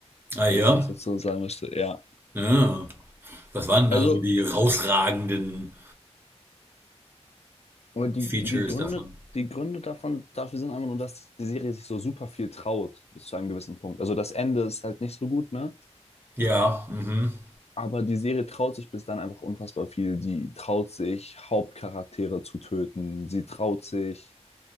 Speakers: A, on the right (about 20°); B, on the left (about 65°).
A: Ah
B: wenn
A: ja?
B: ich das jetzt so sagen müsste. Ja.
A: Ja. Was waren da
B: Also,
A: so die rausragenden
B: aber die,
A: Features
B: die Gründe,
A: davon?
B: die Gründe davon, dafür sind einfach nur, dass die Serie sich so super viel traut, bis zu einem gewissen Punkt. Also das Ende ist halt nicht so gut, ne?
A: Ja, mhm.
B: Aber die Serie traut sich bis dann einfach unfassbar viel. Die traut sich, Hauptcharaktere zu töten. Sie traut sich,